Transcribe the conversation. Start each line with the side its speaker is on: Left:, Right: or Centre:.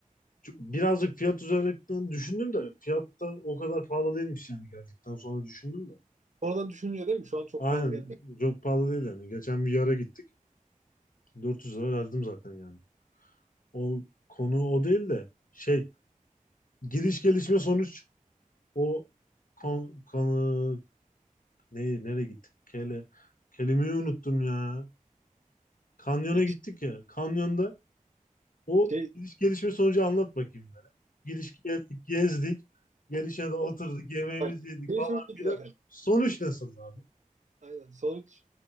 Left: Çünkü Birazcık fiyat üzerinden düşündüm de fiyat da o kadar pahalı değilmiş yani geldikten sonra düşündüm de.
Right: Sonradan düşününce değil mi? Şu an çok
Left: Aynen
Right: pahalı gelmedi.
Left: çok pahalı değil yani. Geçen bir yara gittik. 400 lira verdim zaten yani. O konu o değil de şey giriş gelişme sonuç o kon, konu neyi nereye gittik? Kele, kelimeyi unuttum ya. Kanyona
Right: <laughs>
Left: gittik ya. Kanyonda o
Right: Şey,
Left: giriş gelişme sonucu anlat bakayım bana. Giriş geldik, gezdik. Gelişmede oturduk, yemeğimizi
Right: bak,
Left: yedik
Right: şey
Left: falan
Right: çok iyi
Left: filan.
Right: zaten.
Left: Sonuç nasıl abi?
Right: Aynen. Sonuç